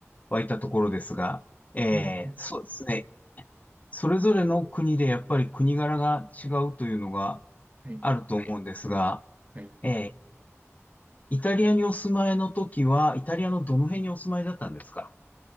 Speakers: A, on the left (about 30°); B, on the right (about 35°).
A: 湧いたところですが、えーそうですね。
B: うんうん
A: それぞれの国でやっぱり国柄が違うというのが
B: はい。
A: あると思うんですが、
B: はい。
A: えーイタリアにお住まいの時は、イタリアのどの辺にお住まいだったんですか